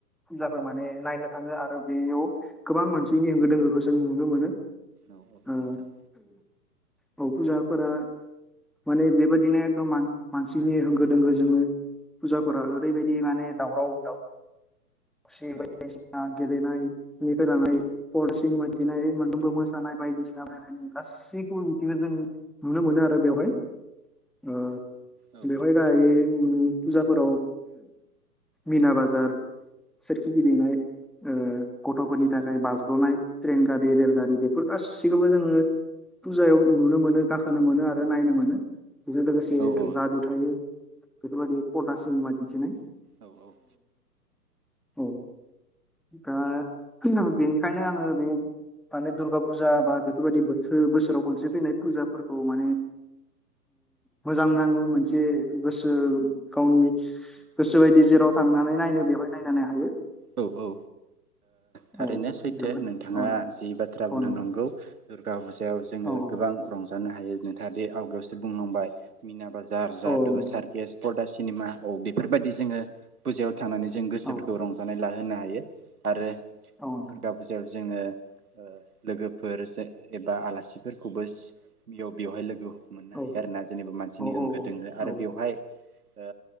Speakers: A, in the centre; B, on the right.
A: फुजाफोर माने नायनो थाङो आरो बेयाव गोबां मानसिनि होंगो दोंगोखौ जों नुनो मोनो
B: औ औ औ नोंथां
A: ओ औ फुजाफोरा माने बेबायदिनो एकदम मान-मानसिनि होंगो दोंगोजोंनो फुजाफोरा ओरैबायदि माने दावराव दाव <unintelligible>
B: औ
A: गेलेनायनिफ्राय लानाय पल सिनेमा दिनाय मोनदोमबो मोसानाय बायदिसिना फनाय गासैखौबो बिदिनो जों नुनो मोनो आरो बेवहाय ओ
B: औ
A: बेखौ गाहायै फुजाफोराव मिना बाजार सोरखि गिदिनाय ओ गथ'फोरनि
B: औ
A: थाखाय बाज्ल'नाय ट्रेन गारि रेल गारि बेफोर गासैखौबो जोङो फुजायाव नुनो मोनो गाखोनो मोनो आरो नायनो मोनो। बेजों लोगोसे
B: औ
A: जादु थायो बेफोरबायदि मुआ दिन्थिनाय
B: औ औ।
A: औ। दा बेनिखायनो आङो बे माने दुर्गा फुजा बा बेफोरबायदि बोथोर बोसोराव खनसे फैनाय फुजाफोरखौ माने मोजां ओम नाङो मोनसे गोसो गावनि गोसो बायदि जेराव थांनानै नायनो बेवहाय नायनानै हायो
B: औ औ ओ थारैनो
A: औ
B: सैथो
A: बेवहाय
B: नोंथाङा
A: औ
B: जि बाथ्रा
A: औ
B: बुंनो
A: नोंथां
B: नंगौ। दुर्गा फुजायाव जोङो
A: औ औ
B: गोबां रंजा हायोथा आवगायावसो बुंलांबाय मिना बाजार दा जादु
A: औ नोंथां
B: सारखेस फरदा सिनेमा औ बेफोरबायदि जोङो फुजायाव थांनानै जों गोसोफोरखौ
A: औ
B: रंजा ज होनोनो हायो। आरो
A: औ नोंथां
B: दुर्गा फुजायावायाव जोङो ओ लोगोफोर जे एबा आलासिफोरखौबो सि बेयाव बेवहाय लोगो मोननो
A: औ
B: हायो आरोना जेनेबा मानसिनि
A: औ
B: होंगो दोंहो आरो
A: औ
B: बेवहाय ओ